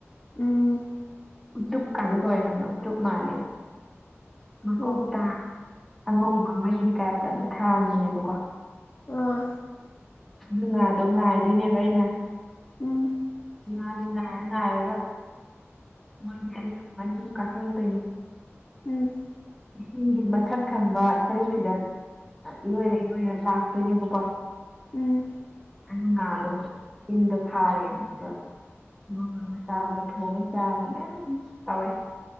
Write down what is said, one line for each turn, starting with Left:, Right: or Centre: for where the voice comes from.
Left: ꯎꯝ
Centre: ꯎꯠꯇꯨꯞ ꯀꯗꯀꯔꯝꯕ ꯎꯠꯇ ꯃꯥꯂꯅ ꯃꯥꯀꯠꯇ
Left: ꯑꯣ
Centre: ꯑꯉꯧꯕ ꯃꯩꯒꯤ ꯇꯥꯏꯞꯇ ꯑꯃ ꯊꯥꯍꯟꯥꯟꯕꯅꯦꯕꯀꯣ
Left: ꯑꯥ
Centre: ꯑꯗꯨ ꯉꯥꯗꯣ ꯉꯥꯏꯗꯣꯏꯅꯦꯕ ꯑꯩꯅ
Left: ꯎꯝ
Centre: ꯉꯥꯗꯤ ꯅꯥꯏꯔ ꯅꯥꯏꯔꯒ ꯃꯣꯏꯖꯦ ꯑꯅꯤꯍꯨꯝ ꯑꯅꯤꯍꯨꯝ ꯀꯥꯈꯠꯂꯛꯇꯣꯏꯅꯦ
Left: ꯎꯝ
Centre: ꯏꯁꯤꯡꯒꯤ ꯃꯊꯛ ꯊꯪꯕ ꯁꯔꯨꯛꯁꯤꯗ ꯏꯔꯣꯏꯔ ꯏꯔꯣꯏꯔ ꯂꯥꯛꯇꯣꯏꯅꯦꯕꯀꯣ
Left: ꯎꯝ
Centre: ꯑꯩꯅ ꯉꯥꯗꯣ ꯏꯟꯗ ꯐꯥꯔꯦ ꯑꯗꯨꯗꯨꯒ ꯉꯧꯔꯒ ꯆꯥꯕ ꯊꯣꯡꯉꯦ ꯆꯥꯕ ꯃꯌꯥꯝ ꯇꯧꯋꯦ